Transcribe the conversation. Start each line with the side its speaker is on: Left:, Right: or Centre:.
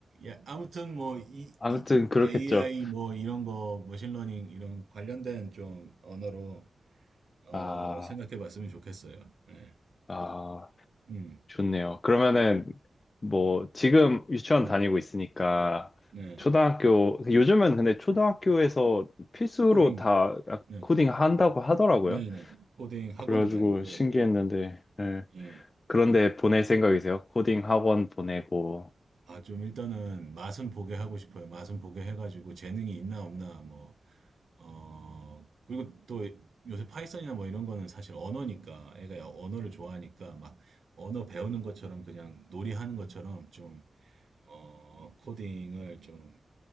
Right: 야, 아무튼 뭐, 이,
Left: 아무튼
Right: 이
Left: 그렇겠죠.
Right: AI 뭐 이런 거, 머신러닝 이런 관련된 좀 언어로 어,
Left: 아,
Right: 생각해 봤으면 좋겠어요. 네.
Left: 아,
Right: 음,
Left: 좋네요. 그러면은 뭐 지금 유치원
Right: 네,
Left: 다니고 있으니까
Right: 네.
Left: 초등학교, 요즘은 근데 초등학교에서 필수로
Right: 코딩,
Left: 다
Right: 네,
Left: 코딩 한다고 하더라고요.
Right: 네, 네. 코딩
Left: 그래가지고
Right: 학원도 다니고,
Left: 신기했는데,
Right: 네,
Left: 예.
Right: 예.
Left: 그런데 보낼 생각이세요? 코딩 학원 보내고.
Right: 아, 좀 일단은 맛은 보게 하고 싶어요. 맛은 보게 해가지고 재능이 있나 없나 뭐 어, 그리고 또 요새 파이썬이나 뭐 이런 거는 사실 언어니까, 애가 언어를 좋아하니까 막 언어 배우는 것처럼 그냥 놀이하는 것처럼 좀, 어, 코딩을 좀